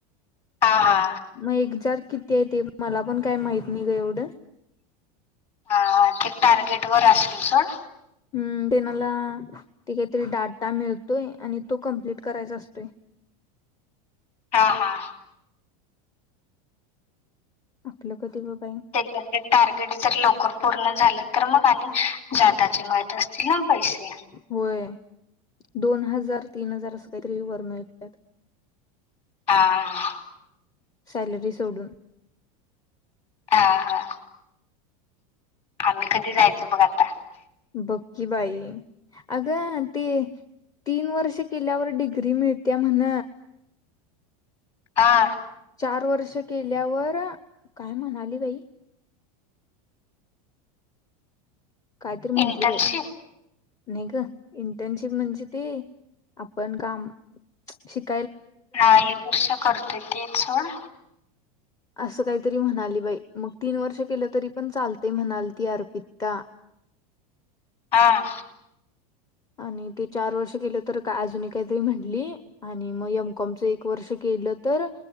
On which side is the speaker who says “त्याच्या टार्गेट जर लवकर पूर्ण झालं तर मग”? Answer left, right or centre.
Left